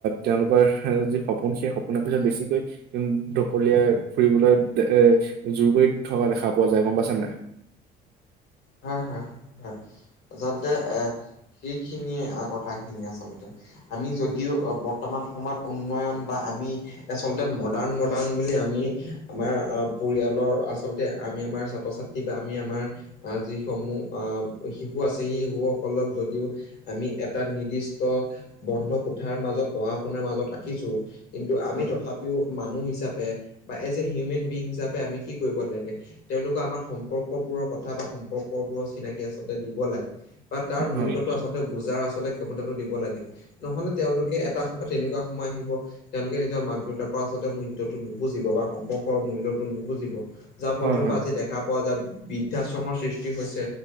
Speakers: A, on the right; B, on the left.
A: তেওঁলোকৰ যি সপোন সেই সপোনৰ পিছত বেছিকৈ উম ঢপলিয়াই ফুৰিবলৈ এ, জোৰ কৰি থকা দেখা পোৱা যায় গম পাইছ নাই?
B: হয়, হয়, হয়। আচলতে এ, সেইখিনিয়ে আ কথাখিনি আচলতে। আমি যদিও বৰ্তমান সময়ত উন্নয়ন বা আমি আচলতে মডাৰ্ণ মডাৰ্ণ বুলি আমি আমাৰ পৰিয়ালৰ, আচলতে আমি আমাৰ ছাত্ৰ ছাত্ তি বা আমি আমাৰ আ, যিসমূহ আ, শিশু আছে সেই শিশুসকলক যদিও আমি এটা নিৰ্দিষ্ট বন্ধ কোঠাৰ মাজত পঢ়া শুনাৰ মাজত ৰাখিছোঁ। কিন্তু আমি
A: হয়,
B: তথাপিও মানুহ হিচাপে, বা এজ এ হিউমেন বিং হিচাপে আমি কি কৰিব লাগে? তেওঁলোকে আমাৰ সম্পৰ্ক বোৰৰ কথ থা বা সম্পৰ্ক বোৰৰ চিনাকি আচলতে দিব লাগে, বা তাৰ মূল্যটো
A: হয়,
B: আচলতে বুজাৰ আচলতে ক্ষমতাটো দিব লাগে। নহলে তেওঁলোকে এটা সময়ত তেনেকুৱা সময় আহিব তেওঁলোকে নিজৰ মাক দেউতাকৰ আচলতে মূল্যটো নুবুজিব বা সম্পৰ্কৰ মূল্যটো নুবুজিব। যাৰ ফলস্বৰূপ
A: হয়, হয়,
B: পৰা আজি দেখা পোৱা যায়, বিদ দ্বা আশ্ৰমৰ সৃষ্টি হৈছে,